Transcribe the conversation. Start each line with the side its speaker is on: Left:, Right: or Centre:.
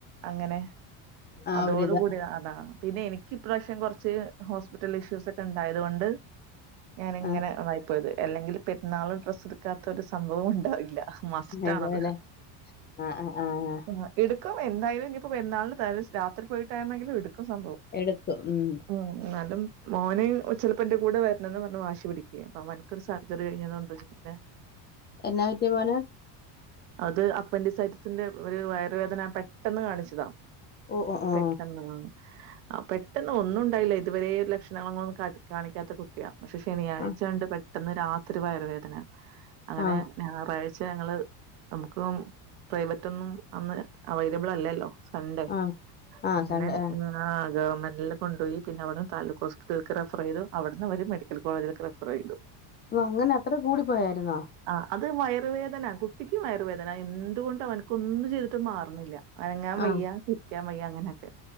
Right: അങ്ങനെ
Left: ആ
Right: അതോടു
Left: ഒരു ഇത്
Right: കൂടി അതാണ് പിന്നെ എനിക്ക് ഇപ്രാവശ്യം കുറച്ച് ഹോസ്പിറ്റൽ ഇഷ്യൂസ് ഒക്കെ ഉണ്ടായത്കൊണ്ട് ഞാൻ ഇങ്ങനെ
Left: ആ
Right: ആയിപ്പോയത് അല്ലെങ്കിൽ പെരുന്നാളിൻ ഡ്രസ്സ് എടുക്കാത്ത ഒരു സംഭവം ഉണ്ടാവില്ല മസ് റ്റാണത്
Left: ഇതല്ലേ ആ ആ ആ ആ.
Right: ആഹ് എടുക്കും എന്തായാലും ഇനിപ്പോ പെരുന്നാളിൻ രാത്രി പോയിട്ടായിരുന്നെങ്കിലും എടുക്കും സംഭവം
Left: എടുക്കും ഉം
Right: ഉം എന്നാലും മോൻ ചെലപ്പം ഇന്റെ കൂടെ വരണംന്ന് പറഞ് വാശി പിടിക്കുയെ അപ്പൊ അവനക്ക്‌ ഒരു സർജറി കഴിഞ്ഞത് കൊണ്ട് നെ
Left: എന്നാ പറ്റിയ മോൻ
Right: അത് അപ്പൻഡിസൈറ്റിസിന്റെ ഒരു വയറുവേദന പെട്ടെന്ന് കാണിച്ചതാ
Left: ഓ ഓ ഓ
Right: പെട്ടെന്ന് ആഹ് പെട്ടന്ന് ഒന്നും ഉണ്ടായില്ല ഇതുവരെ ലക്ഷണങ്ങൾ ഒന്നും കാണിക്കാത്ത കു ട്ടിയാ പക്ഷെ ശനിയാഴ്ച
Left: ആ
Right: കണ്ട് പെട്ടെന്ന് രാത്രി വയറുവേദന അങ്ങനെ
Left: ആ
Right: ഞായറാഴ്ച ഞങ്ങള് നമുക്ക് പ്രൈവറ്റ് ഒന്നും അന്ന് അവൈലബിൾ അല്ലല്ലോ സൺ‌ഡേ
Left: ആ ആ
Right: അങ്ങനെ
Left: സൺഡേ ആ
Right: ഉം ആഹ് ഗവൺമെന്റില് കൊണ്ടോയി പിന്നവിടംതാലൂക്ക് ഹോസ്പിറ്റൽക്ക് ‌റഫ്രയ്തു അവിടുന്ന് ഓര് മെഡിക്കൽ കോളേജിൽക്ക് റെഫ്രെയ്തു
Left: ഓ അങ്ങനെ അത്ര കൂടി പോയായിരുന്നോ?
Right: ആഹ് അത് വയറു വേദന കുട്ടിയ്ക്കു വയറുവേദന എന്തുകൊണ്ട് അവൻക്കൊന്നും ചെയ്തിട്ട് മാറണില്ല അനങ്ങാവയ്യ
Left: ആ
Right: ഇരിയ്ക്കാൻ വയ്യ അങ്ങനക്കെ